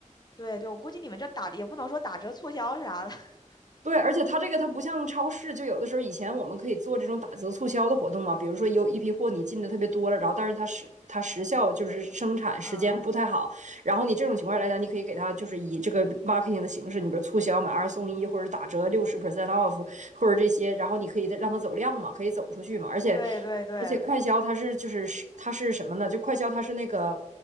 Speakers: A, on the left (about 30°); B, on the right (about 65°).
A: 对对，我估计你们这打也不能说打折促销啥的，<laughs>
B: 对，而且它这个它不像超市，就有的时候以前我们可以做这种打折促销的活动嘛，比如说有一批货你进的特别多了，然后但是它时它时效就是生产时间不太好，
A: 嗯，
B: 然后你这种情况来讲，你可以给他就是以这个 marketing 的形式，你比如促销买二送一，或者打折六十 percent off，或者这些，然后你可以让他走量嘛，可以走出去嘛。而且
A: 对对对
B: 而且快销它是就是是它是什么呢？就快销它是那个。